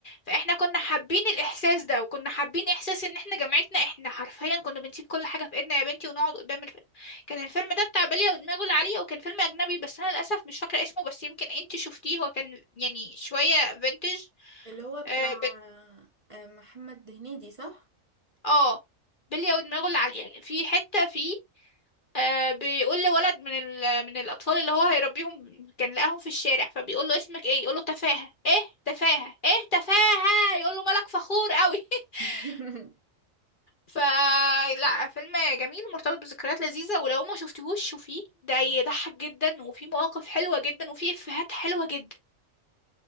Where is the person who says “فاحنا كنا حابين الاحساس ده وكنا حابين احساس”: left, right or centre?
Left